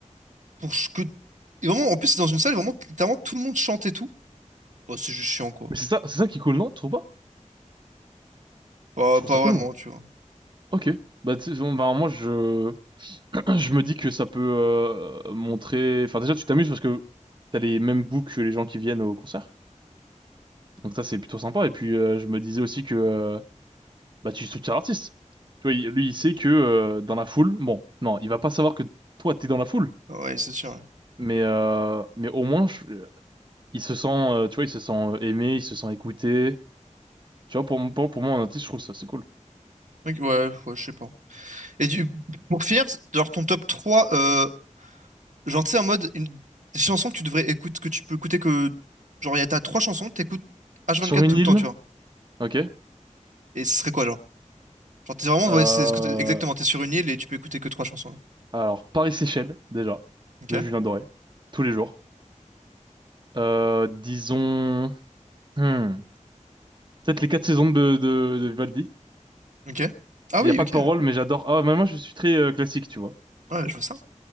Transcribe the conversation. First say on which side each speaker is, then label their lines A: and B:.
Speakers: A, on the right; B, on the right.
A: pour ce que. Et vraiment, en plus, c'est dans une salle, vraiment, littéralement, tout le monde chante et tout. Bah, c'est juste chiant, quoi.
B: Mais c'est ça, c'est ça qui est cool, non? Tu trouves pas?
A: Pas,
B: Je trouve
A: pas
B: ça cool,
A: vraiment,
B: moi.
A: tu vois.
B: Ok. Bah, tu sais, bon, bah, moi, je... <clears throat> je me dis que ça peut euh, montrer... Enfin, déjà, tu t'amuses parce que t'as les mêmes goûts que les gens qui viennent au concert. Donc ça, c'est plutôt sympa. Et puis, euh, je me disais aussi que euh, bah, tu soutiens l'artiste. Tu vois, il- lui, il sait que euh, dans la foule, bon, non, il va pas savoir que toi, t'es dans la foule.
A: Ah Ouais, c'est sûr. Ouais,
B: Mais, euh, mais au moins, je- il se sent, euh, tu vois, il se sent euh, aimé, il se sent écouté. Tu vois, pour, m- pour, pour moi, un artiste, je trouve ça, c'est cool.
A: Donc, ouais, ouais, je sais pas. Et du... pour finir, genre ton top 3, euh, genre, tu sais, en mode, une... des chansons que tu devrais écouter, que tu peux écouter que. Genre, il y a t'as trois chansons que t'écoutes H24
B: Sur une
A: tout
B: île,
A: le temps, tu vois.
B: ok.
A: Et ce serait quoi, genre? Genre, t'es vraiment,
B: Euh,
A: ouais, c'est ce que t'es- exactement, t'es sur une île et tu peux écouter que trois chansons, là.
B: alors, Paris-Séchelles, déjà,
A: Ok,
B: de Julien Doré, tous les jours. Euh, disons, hmm, peut-être les quatre saisons de, de, de Vivaldi.
A: ok. Ah
B: Il
A: oui,
B: n'y a pas
A: ok.
B: de parole, mais j'adore. Ah, mais moi, je suis très euh, classique, tu vois.
A: Ouais, je vois ça.